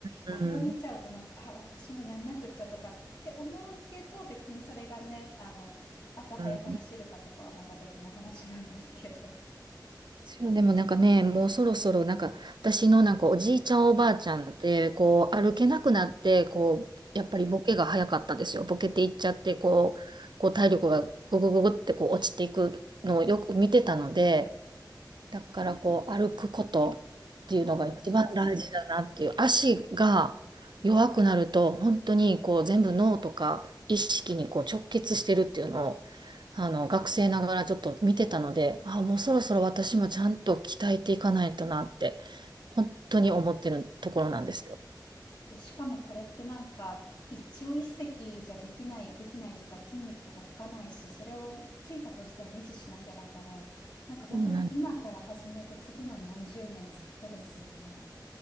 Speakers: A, on the right; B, on the left.
A: うん、
B: あれを見ちゃうとなんか、
A: うん。
B: あ、私もやんなくっちゃとかって思うけど、別にそれがね、あの、朝早く走るかとかはまた別の話なんですけど。
A: うんそう、でもなんかね、もうそろそろなんか私のなんかおじいちゃんおばあちゃんってこう歩けなくなってこうやっぱりボケが早かったですよ。ボケていっちゃってこう、こう体力がググググってこう落ちていくのをよく見てたので、だからこう歩くことっていうのが一番大事だなっていう足が弱くなると本当にこう全部脳とか意識にこう直結してるっていうのを
B: <laughs> わかります。
A: あの学生ながらちょっと見てたのであもうそろそろ私もちゃんと鍛えていかないとなって本当に思ってるところなんですよ。
B: で、しかもこれってなんか、一朝一夕じゃできない、できないというか筋肉とかつかないし、それをついたとしても維持しなきゃだから、なんか本当に今から始めて次の何十年ずっとですよね。
A: そうなん